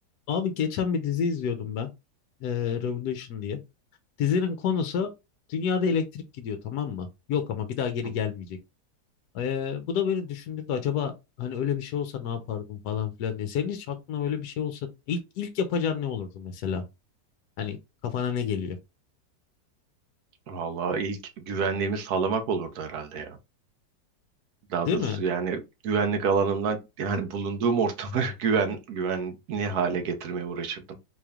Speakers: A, on the left (about 70°); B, on the right (about 65°).
A: Abi geçen bir dizi izliyordum ben. eee, Revolution diye. Dizinin konusu dünyada elektrik gidiyor tamam mı? Yok ama bir daha geri
B: Hı.
A: gelmeyecek. Eee, bu da beni düşündürdü. Acaba hani öyle bir şey olsa ne yapardım falan filan diye. Senin hiç aklına öyle bir şey olsa ilk ilk yapacağın ne olurdu mesela? Hani kafana ne geliyor?
B: Vallahi ilk güvenliğimi sağlamak olurdu herhalde ya. Daha
A: Değil
B: doğrusu
A: mi?
B: yani güvenlik alanımdan yani bulunduğum ortamı <laughs> güven güvenli hale getirmeye uğraşırdım.